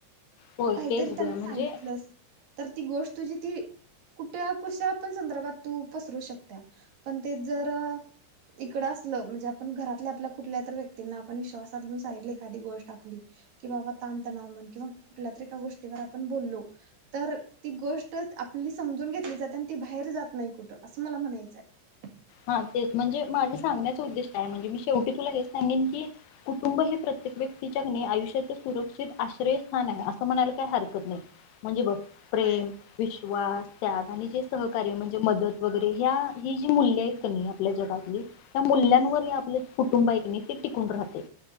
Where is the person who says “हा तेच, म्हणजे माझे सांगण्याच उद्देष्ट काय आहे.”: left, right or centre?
Left